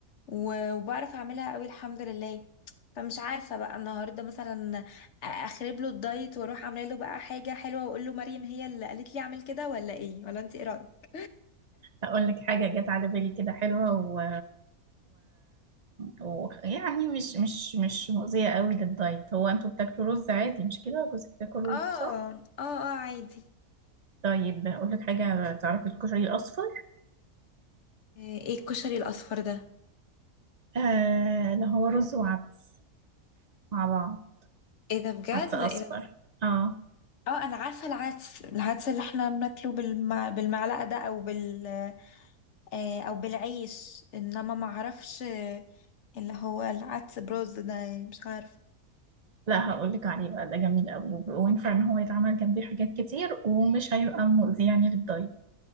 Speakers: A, on the left (about 60°); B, on the right (about 45°).
A: و- وبعرف اعملها قوي الحمد لله فمش عارفه بقى النهارده مثلا اخرب له الدايت واروح عامله له بقى حاجه حلوه واقول له مريم هي اللي قالت لي اعمل كده ولا ايه ولا انت ايه رايك
B: هقول لك حاجه جت على بالي كده حلوه و... و... يعني مش مش مش مؤذية قوي للدايت هو انتوا بتاكلوا رز عادي مش كده جوزك بياكل رز
A: اه اه
B: صح؟
A: اه عادي
B: طيب اقول لك حاجة تعرفي الكشري الأصفر
A: ايه الكشري الاصفر ده
B: آه اللي هو رز وعدس مع بعض
A: ايه ده بجد
B: عدس أصفر
A: ايه ده
B: اه
A: اه انا عارفه العدس العدس اللي احنا بناكله بالمع... بالمعلقه ده او بال آه، او بالعيش انما ما اعرفش آه، اللي هو العدس برز ده يعني مش عارفه
B: لا هقول لك عليه بقى ده جميل قوي وب- وينفع ان هو يتعمل جنبيه حاجات كتير ومش هيبقى مؤذي يعني للدايت